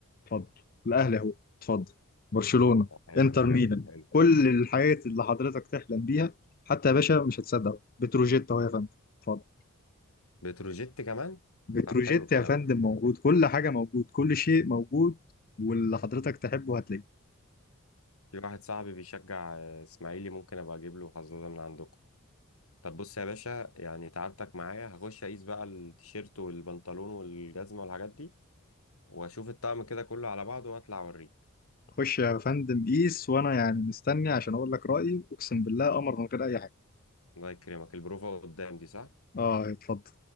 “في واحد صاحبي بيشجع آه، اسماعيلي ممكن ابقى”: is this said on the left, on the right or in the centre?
Left